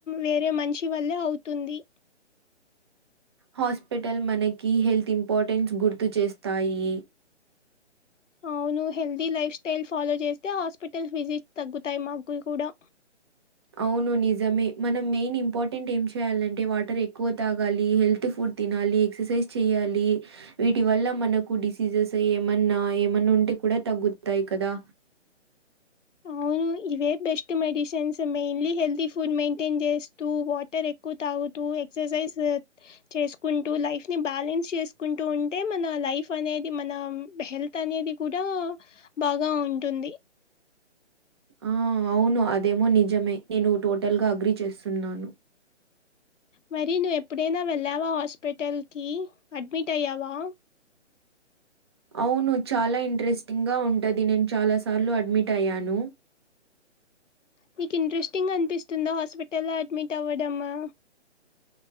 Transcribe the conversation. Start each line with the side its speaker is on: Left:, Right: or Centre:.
Left: వేరే మనిషి వల్లే అవుతుంది
Right: హాస్పిటల్ మనకి హెల్త్ ఇంపార్టెన్స్ గుర్తు చేస్తాయి
Left: ఆవును హెల్ది లైఫ్ టేల్ ఫాలో చేస్తే హాస్పిటల్ విజిట్ తగ్గుతాయి మాగులు కూడా
Right: అవును నిజంమే మనం మెయిన్ ఇంపార్టెంట్ ఏం చేయాలంటే వాటర్ ఎక్కువ తాగాలి హెల్త్ ఫుడ్ తినాలి ఎక్ససైజ్ చేయాలి వీటి వల్ల మనకు డిసీజెస్ ఏమన్నా ఏమన్నా ఉ అప్పుడే కూడా తగ్గుతాయి కదా
Left: త అవు ఇవే best medicines mainly healthy food మెయిైన్ చేస్తూ వాటర్ ఎక్కువ తా టు ఎక్సైజ్ చేసుకుంటూ లైఫ్ ని బ్యాలెన్స్ చేసుకుంటూ ఉంటే మన లైఫ్ అనే అనేది మన హెల్త్ అనేది కూడా బాగా ఉంటుంది
Right: ఆ అవును అదేమో నిజమే నేను టోటల్గా అగ్రిీ చేస్తున్నాను
Left: మరి నువ్వు ఎప్పుడైనా వెళ్ళావా హాస్పిటల్కి అడ్మిట్ అయ్యావా
Right: అవును చాలా ఇంట్రెస్టింగ్గా ఉంటుది నేను చాలా సార్లు అడ్మిట్ అయ్యాను
Left: నీకు ఇంట్రెస్టింగ్ గా అనిపిస్తుందా హాస్పిటల్లో అడ్మిట్ అవ్వడమా